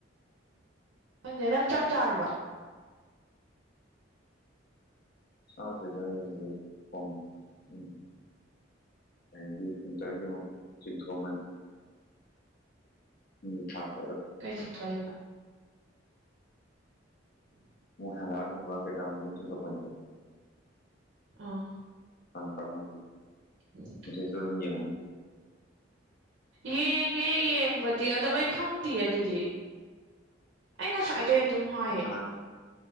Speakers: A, on the right (about 65°); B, on the left (about 50°).
A: ꯈꯪꯗꯦ ꯅꯪ ꯆꯥꯛ ꯆꯥꯔꯕꯣ
B: ꯆꯥꯗꫪꯤꯗ ꯑꯩ ꯍꯧꯖꯤꯛ ꯊꯣꯡꯉꯤ <unintelligible> <unintelligible> ꯄꯤꯟꯇꫪꯒꯤ ꯑꯃꯨꯛ ꯆꯤꯡꯊꯣꯛꯑꯝꯕꯅꯤ ꯃꯤꯡ ꯊꯥꫪꯛꯄꯗꯣ
A: ꯀꯩ ꯆꯤꯡꯊꯣꯛꯏꯕ <inaudible>
B: ꯍꯗꯥꯔꯒꯨꯝꯕ ꯀꯩ ꯀꯥ ꯒꯨꯝꯕ ꯆꯤꯡꯊꯣꯛꯄꯅꯤꯗ
A: ꯑꯣ
B: <unintelligible>
A: <inaudible>
B: <unintelligible>
A: ꯌꯦꯡꯉꯦ ꯌꯦꯡꯕꯗꯤ ꯑꯗꯣ ꯑꯩ ꯈꯪꯗꯦ ꯑꯗꯨꯗꯤ ꯑꯩ ꯉꯁꯥꯏ ꯑꯩ ꯑꯗꯨꯝ ꯍꯥꯏ
B: ꯅꯪ ꯅꯍꯥꯟ